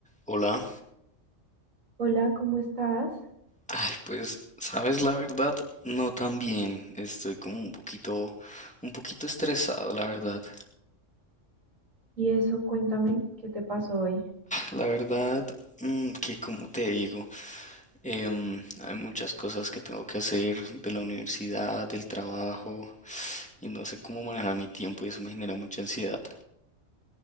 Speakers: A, in the centre; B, on the right (about 90°).
A: Hola.
B: Hola, ¿cómo estás?
A: Ay, pues, sabes la verdad, no tan bien. Estoy como un poquito, un poquito estresado, la verdad.
B: Y eso, cuéntame, ¿qué te pasó hoy?
A: La verdad, mm, que como te digo, em, hay muchas cosas que tengo que hacer de la universidad, del trabajo, y no sé cómo manejar mi tiempo y eso me genera mucha ansiedad.